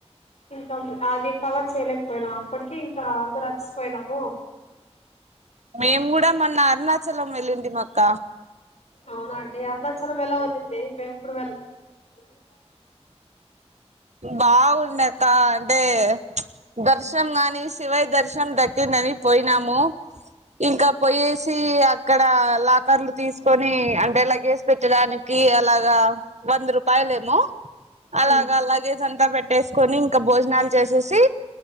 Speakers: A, on the left; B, on the right.
A: ఇంకా అది కవర్ చేయలేకపోయినాం అప్పటికె ఇంకా అందరు అలిసిపోయినాము
B: మేము కూడా మొన్న అరుణాచలం వెల్లింటిమి మక్క
A: అవునండి అరుణాచలమెలా ఉన్నింది ఇప్పుడు వెళ్ళ <unintelligible>
B: బాగుండె అంటే దర్శనం గాని శివయ దర్శనం ద పోయినాము ఇంకా పోయేసి అక్కడ లా కరలు తీసుకొని అంటే లగేజ్ పెట్టడానికి అలాగా వంద రూపాయలు ఏమో
A: హ్మ్
B: అలాగా లగేజ్ అంతా పెట్టేసుకొని ఇంకా భోజనాలు చేసేసి